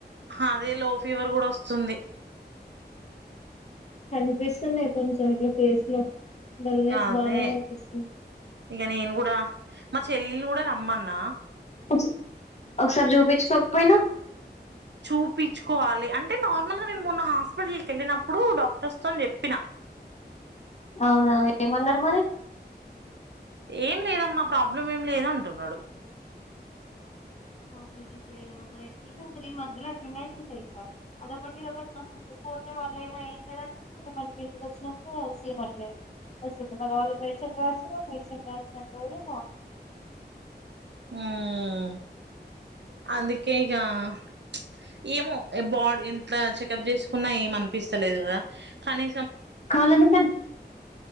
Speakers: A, on the right; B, on the left.
A: అదే లో ఫీవర్ కూడా వస్తుంది.
B: కనిపిస్తున్నాయి కొంచెం ఇట్లా ఫేస్ లో డల్నెస్
A: అదే
B: బానే కనిపిస్తుంది
A: ఇగ నేను గూడా మా చెల్లెల్ని గూడ రమ్మన్ నా
B: ఒక్ సా ఒకసారి చూపిచ్చుకోకపోయినా
A: చూపిచ్చుకోవాలి అంటే నార్మల్గా నేను మొన్న హాస్పిటల్ కెళ్ళినప్పుడు డాక్టర్స్ తోని చెప్పినా
B: అవునా ఏమన్నారు మరి?
A: ఏం లేదమ్మా ప్రాబ్లం ఏం లేదు అంటున్నాడు.
B: ప్రాబ్లమ్ ఏం లేదు మరి ఎట్ అసలు ఈ మధ్యలో అటెండ్ అవుతుంది సార్ అదొకటి ఇదొ ఒకటిన వస్తుంది పోతే వాళ్ళ ఏమ ఏ లేదంట మ మనకి ఇంటికి వచ్చినట్ సేమ్ అట్లే వస్తుంది మరి వాళ్ళు మెడిసిన్ రాస్తారు ఆ మెడిసిన్ రాసినంతర బాగుంటంది <inaudible>
A: హ్మ్! అందుకే ఇక ప్చ్ ఏమో బాడీ ఇట్లా చెకప్ చేసుకున్నా ఏం అనిపిస్తలేదు కదా? కానీ,
B: కాల్లని సెట్